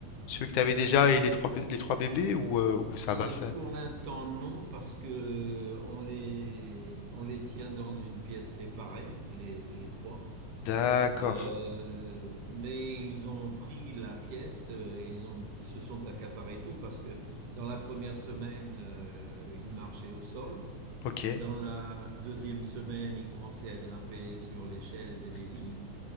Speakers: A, on the left; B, on the right.
A: celui que t'avais déjà et les trois bé- les trois bébés ou, euh, ou ça
B: Euh,
A: va ça.
B: pour l'instant, non, parce que on les, on les tient dans une pièce séparée, les, les trois.
A: D'accord.
B: Euh, mais ils ont pris la pièce, euh, ils ont, ils se sont accaparés tout, parce que dans la première semaine, euh, ils marchaient au sol.
A: Ok.
B: Dans la deuxième semaine, ils commençaient à grimper sur les chaises et les lits.